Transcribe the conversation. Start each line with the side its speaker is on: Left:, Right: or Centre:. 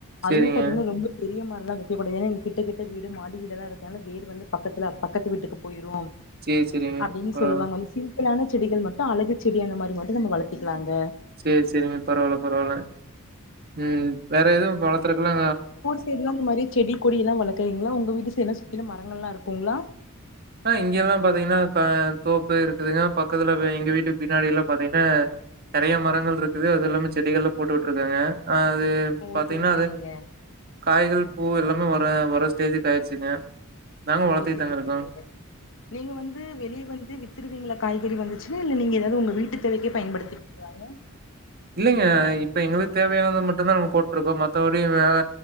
Left: அதுமே
Right: சரிங்க.
Left: பாத்தீங்கன்னா ரொம்ப பெரிய மரோல்லா வைக்கக்கூடாது ஏன்னா இங்க கிட்ட கிட்ட வீடு மாடி வீடெல்லா இருக்கனால வேர் வந்து பக்கத்துல பக்கத்து வீட்டுக்கு போயிரோ
Right: சரி, சரிங்க.
Left: அப்டின்னு
Right: பரவால்ல.
Left: சொல்லுவாங்க வந்து சிம்பிளான செடிகள் மட்டும் அழகு செடி அந்த மாரி மட்டு நம்ம வளத்திக்கிலாங்க
Right: சேரி செரிங்க பரவால்ல பரவால்ல ம் வேற எதுவு வளத்துறதுக்லா
Left: தெர்லா இந்த மாரி செடி கொடில்லா வளக்குறீங்களா உங்க வீட்டு சைட்லா சுத்திலு மரங்கல்லா இருக்குங்களா
Right: ஆ இங்க எல்லா பாத்தீங்கனா அ தோப்பு இருக்குதுங்க பக்கத்துல எங்க வீட்டு பின்னாடி எல்லா பாத்தீங்கன்னா நெறைய மரங்கள் இருக்குது அது இல்லாம செடிகள்லா போட்டு விட்டுருக்காங்க அ அது
Left: ஓ
Right: பாத்தீங்கன்னா
Left: செரி செரிங்க
Right: அது காய்கள் பூ எல்லாமே வர வர ஸ்டேஜுக்கு ஆயிடுச்சுங்க நாங்க
Left: ஓ
Right: வளத்திட்தாங்க
Left: செரி
Right: இருக்கோ
Left: செரிங்க நீங்க வந்து வெளிய வந்து வித்துருவீங்களா காய்கறி வந்துச்சுன்னா இல்ல நீங்க ஏதாவது உங்க வீட்டு தேவைக்கே பயன்படுத்தி யாரு
Right: இல்லைங்க இப்ப எங்களுக்கு தேவையானது மட்டுந்தா நாங்க போட்ருக்கோ மத்தபடி வேற